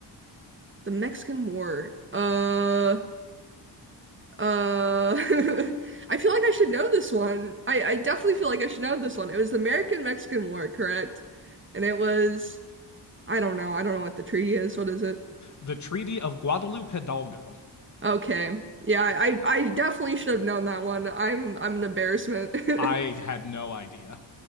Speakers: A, on the right; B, on the left.
A: The Mexican War. Uh, uh, <laughs> I feel like I should know this one. I, I definitely feel like I should know this one. It was the American-Mexican War, correct? And it was, I don't know, I don't know what the treaty is. What is it?
B: The Treaty of Guadalupe Hidalgo.
A: Okay. Yeah, I, I definitely should have known that one. I'm I'm an embarrassment.
B: I had
A: <laughs>
B: no idea.